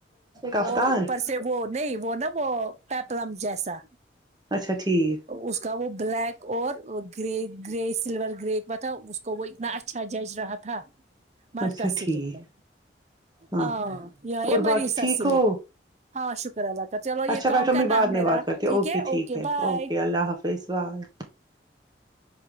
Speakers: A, on the right; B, on the right.
A: کفتان
B: اور اوپر سے وہ نہیں وہ نا وہ پیپلم جیسا
A: اچھا ٹھیک
B: اس کا وہ بلیک اور گرے گرے سلور گرے بتاو اس کو وہ اتنا اچھا جج رہا تھا مٹکا
A: اچھا
B: سلک
A: ٹھیک
B: میں
A: ہاں
B: ا یہ
A: اور
B: مریسا
A: باقی ٹھیک
B: سلک
A: ہو
B: ہاں شکر الله کا چلو یہ
A: اچھا
B: کام
A: بیٹھو
B: کرنا
A: میں بعد
B: ہے میرا
A: میں بات کرتی ہوں
B: ٹھیک ہے اوکے بائے
A: اوکے اللہ حافظ بائے